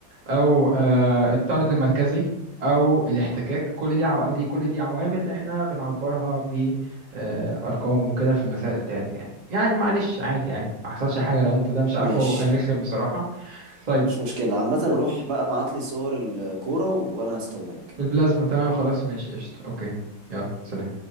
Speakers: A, on the right (about 25°); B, on the right (about 75°).
A: أو آه الطرد المركزي أو الاحتكاك كل دي عوا- دي كل دي عوامل إحنا بنعبرها بأرقام وكده في المسائل بتاعتنا يعني يعني معلش عادي يعني ما حصلش حاجة لو أنت ده مش عارفه
B: ماشي
A: هو كان رخم بصراحة
B: <laughs>
A: طيب
B: مش مشكلة عامة روح بقى ابعت لي صور الكورة وانا هستناك
A: البلازما تمام خلاص ماشي قشطة أوكي يلا سلام